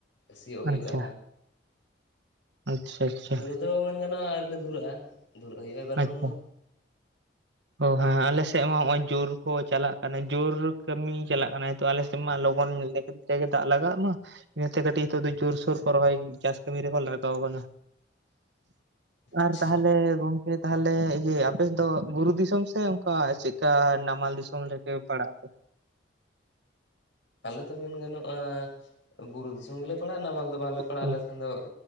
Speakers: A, on the left; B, on the right.
A: ᱥᱤᱭᱚᱜ ᱦᱩᱭᱩᱜᱼᱟ
B: ᱟᱪᱪᱷᱟ ᱟᱪᱪᱷᱟ ᱟᱪᱪᱷᱟ
A: ᱟᱫᱚ ᱢᱮᱱ ᱜᱟᱱᱚᱜᱼᱟ ᱟᱨᱞ ᱞᱮ ᱫᱷᱩᱨᱟᱹᱜᱼᱟ ᱫᱷᱩᱨᱟᱹᱜ ᱦᱩᱭᱩᱜᱼᱟ ᱮᱵᱟᱨ ᱠᱷᱚᱱ
B: ᱟᱪᱪᱷᱟ
A: ᱫᱚ
B: ᱚ ᱦᱮᱸ ᱟᱞᱮᱥᱮᱫ ᱢᱟ ᱱᱚᱜ ᱚᱚᱭ ᱡᱳᱨ ᱠᱚ ᱪᱟᱞᱟᱜ ᱠᱟᱱᱟ ᱡᱳᱨ ᱠᱟᱹᱢᱤ ᱪᱟᱞᱟᱜ ᱠᱟᱱᱟᱤᱛᱚ ᱟᱞᱮᱥᱮᱫ ᱢᱟ ᱞᱚᱜᱚᱱ ᱛᱮᱜᱮ ᱫᱟᱜ ᱞᱟᱜᱟᱜ ᱢᱟ ᱤᱱᱟᱹᱛᱮ ᱠᱟᱹᱴᱤᱡ ᱱᱤᱛᱚᱜ ᱫᱚ ᱡᱳᱨᱥᱳᱨ ᱠᱚ ᱨᱚᱦᱚᱭ ᱪᱟᱥ ᱠᱟᱹᱢᱤ ᱨᱮᱠᱚ ᱞᱟᱜᱟᱣ ᱠᱟᱱᱟᱹ ᱟᱨ
A: ᱟᱪᱪᱷᱟ
B: ᱛᱟᱦᱞᱮ ᱜᱚᱝᱠᱮ ᱛᱟᱦᱞᱮ ᱟᱯᱮᱥᱮᱫ ᱫᱚ ᱵᱩᱨᱩ ᱫᱤᱥᱚᱢ? ᱫᱤᱥᱚᱢ ᱥᱮ ᱚᱱᱠᱟ ᱪᱮᱫᱠᱟ ᱱᱟᱢᱟᱞ ᱫᱤᱥᱚᱢ ᱨᱮᱜᱮ ᱯᱟᱲᱟᱜ ᱟᱯᱮ
A: ᱟᱞᱮ ᱫᱚ ᱢᱮᱱ ᱜᱟᱱᱚᱜᱼᱟ ᱵᱩᱨᱩ ᱛᱩᱩ ᱜᱮᱞᱮ ᱯᱟᱲᱟᱜᱼᱟ ᱱᱟ ᱢᱟᱞ ᱫᱚ ᱵᱟᱝᱞᱮ ᱯᱟᱲᱟᱜ
B: ᱦᱩᱸ
A: ᱟᱞᱮᱥᱮᱱ ᱫᱚ